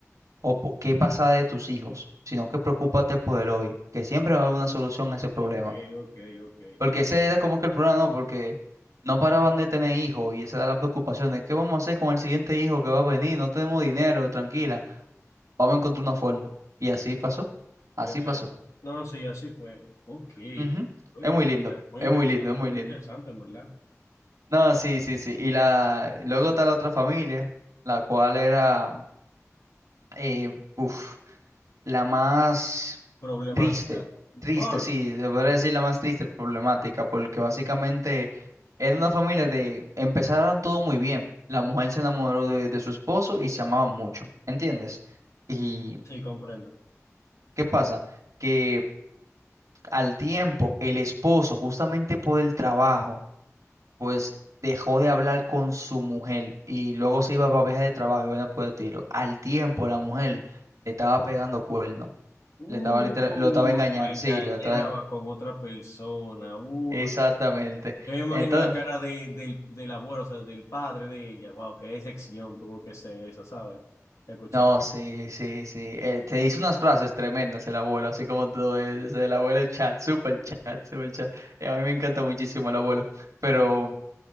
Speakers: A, on the right (about 75°); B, on the left (about 65°).
A: o por qué pasa de tus hijos, sino que preocúpate por el hoy, que siempre va a haber una solución a ese problema.
B: Ok, ok, ok.
A: Porque ese era como que el problema, ¿no? Porque no paraban de tener hijos y esa era la preocupación de qué vamos a hacer con el siguiente hijo que va a venir, no tenemos dinero, tranquila, vamos a encontrar una forma. Y así pasó, así
B: Y así
A: pasó.
B: fue. No, sí, así fue. Ok.
A: Ujú.
B: Oye,
A: Es muy lindo,
B: muy
A: es
B: interesante,
A: muy lindo, es muy
B: muy
A: lindo.
B: interesante, en verdad.
A: No, sí, sí, sí. Y la, luego está la otra familia, la cual era, eh, uf, La más
B: Problemática.
A: triste, triste,
B: Oh,
A: sí, se podría decir la más triste problemática, porque básicamente era una familia de, empezaron todo muy bien. La mujer se enamoró de, de su esposo y se amaban mucho, ¿entiendes? ¿Y
B: sí, comprendo.
A: qué pasa? Que al tiempo el esposo, justamente por el trabajo, pues dejó de hablar con su mujer y luego se iba para viaje de trabajo y bueno, por el tiro. Al tiempo la mujer le estaba pegando cuernos.
B: Uy,
A: Le estaba literal- lo estaba engañando,
B: lo engañaba
A: sí, lo estaba en-
B: con otra persona. Uy.
A: Exactamente.
B: Yo me imagino
A: Entonces,
B: la cara de, del, del abuelo, o sea, del padre de ella. Wow, qué decepción tuvo que ser esa, ¿sabes? Escuchar
A: no, sí, sí, sí. Eh, te dice unas frases tremendas el abuelo, así como tú, es el abuelo el chat, super chat, super chat. Eh, a mí me encanta muchísimo el abuelo, pero